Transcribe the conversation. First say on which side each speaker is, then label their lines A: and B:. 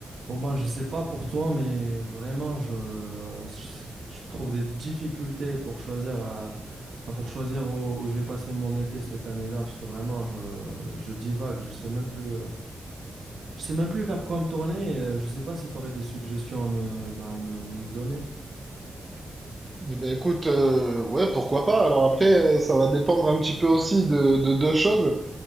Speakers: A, on the right; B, on the right.
A: Bon, moi, je sais pas pour toi, mais vraiment, je, euh, je- je trouve des difficultés pour choisir, euh, ben, pour choisir où, où je vais passer mon été cette année-là, parce que vraiment, je, je divague, je sais même plus, euh, je sais même plus vers quoi me tourner, et, euh, je sais pas si tu aurais des suggestions à me, ben, à me, me donner.
B: Eh ben écoute, euh, ouais, pourquoi pas. Alors après, euh, ça va dépendre un petit peu aussi de, de deux choses.